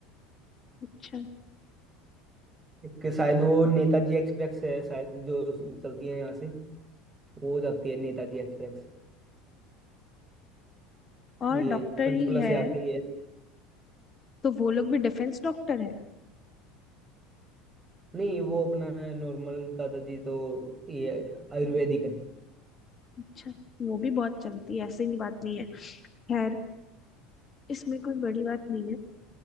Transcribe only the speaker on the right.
एक शायद वो नेताजी एक्सप्रेस है शायद जो चलती है यहाँ से वो हो जाती है नेताजी एक्सप्रेस
ये
पंचकुला
से आती है
नहीं वो अपना नॉर्मल दादाजी तो ये आयुर्वेदिक है <laughs>